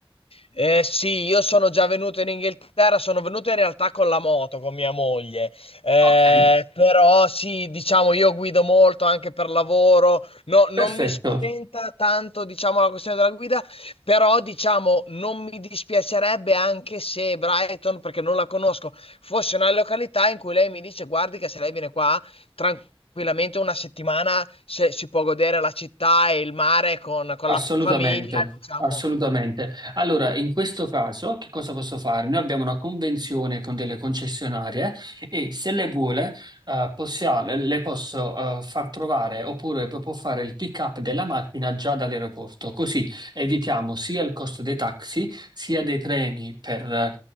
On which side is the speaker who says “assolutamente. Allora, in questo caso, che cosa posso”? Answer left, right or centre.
Right